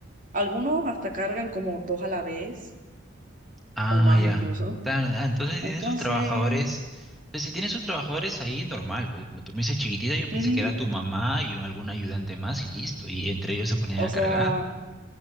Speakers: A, on the right; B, in the centre.
A: Algunos hasta cargan como dos a la vez
B: Ah,
A: o más
B: ya.
A: incluso.
B: Tan- ah, entonces si
A: Entonces,
B: tienen sus trabajadores. Entonces, si tienen sus trabajadores ahí, normal. Pues como tú me dices chiquitita, yo pensé
A: ujú,
B: que era tu mamá y un- algún ayudante más y listo. Y entre ellos se ponían
A: o
B: a
A: sea,
B: cargar.